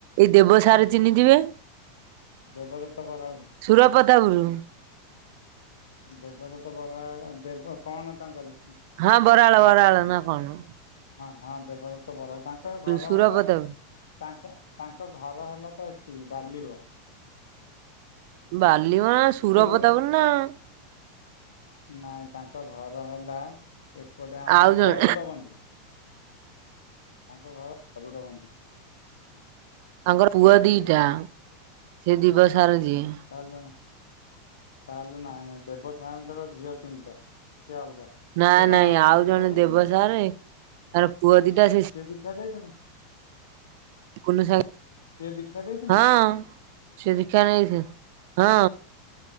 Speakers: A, on the right; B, on the left.
A: ଏଇ ଦେବସାରେ ଚିହ୍ନିଥିବେ
B: ଦେବଦତ ବରାଳ।
A: ସୁରପ୍ରତାପପରୁ।
B: ଦେବଦତ ବରାଳ ଦେବ କଣ ତାଙ୍କରି।
A: ହଁ ବରାଳ ବରାଳ ନା କଣ ମ।
B: ହଁ ହଁ ଦେବଦତ ବରାଳ ତାଙ୍କ ଘର
A: ସୁରପତାପୁର
B: ହେଲା ତାଙ୍କ ତାଙ୍କ ଘର ହେଲା ତ ଏଠି ବାଲିବ।
A: ବାଲିବ ନାଁ ସୁରପ୍ରତାପପୁର
B: ଏଇ
A: ନାଁ।
B: ନାଇଁ ତାଙ୍କ ଘର ହେଲା ଏପଟେ ଆମର
A: ଆଉ ଜଣେ
B: ଗରୁଡ଼ ବନ୍ଦି। ତାଙ୍କ ଘର ଗରୁଡ ବନ୍ଦି।
A: ତାଙ୍କର ପୁଅ
B: ସେଇ
A: ଦିଟା ସେ ଦିବସାରେ ଯିଏ।
B: ତାହେଲେ ତାହେଲେ ନାଇଁ ନାଇଁ ଦେବସାରେଙ୍କର ଝିଅ ତିନିଟା ସିଏ ଅଲଗା।
A: ନାଇ
B: ସିଏ କଣ
A: ନାଇଁ ଆଉ
B: ଦୀକ୍ଷା
A: ଜଣେ
B: ଦେଇଥିଲେ
A: ଦେବସାରେ ତାର ପୁଅ ଦିଟା ସେ
B: ସେ ଦିଖା ଦେଇ ଥିଲା।
A: କୁନ ସାରେ
B: ସିଏ ଦୀକ୍ଷା ଦେଇଥିଲେ
A: ହଁ। ସେ ଦିଖା ନେଇଥା ହଁ।